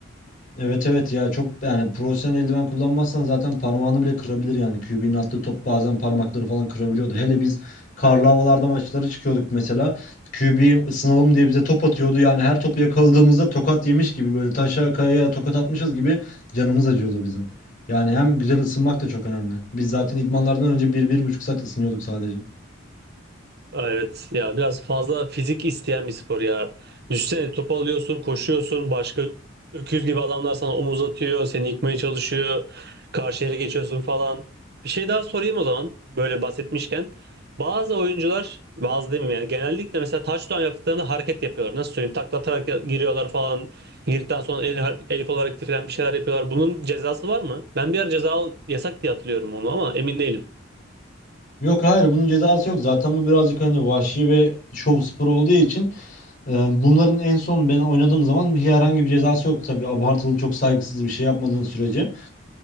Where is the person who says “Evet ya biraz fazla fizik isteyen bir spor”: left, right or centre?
Right